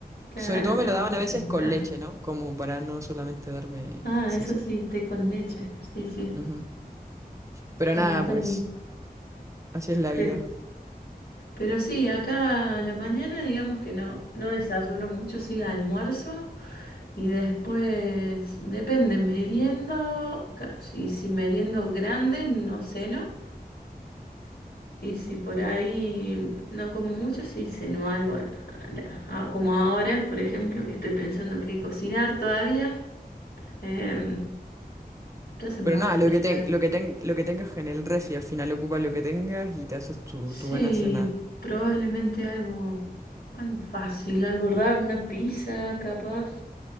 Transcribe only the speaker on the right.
Sobre todo
me lo daban
a veces con leche, ¿no? Como para no solamente darme...
Sí,
sí.
Ujú. Pero
nada,
pues
así es la
vida.
Pero
nada,
lo que ten,
lo que ten, lo que tengas en el refri, al final ocupas lo que tengas y te haces tu,
tu buena cena.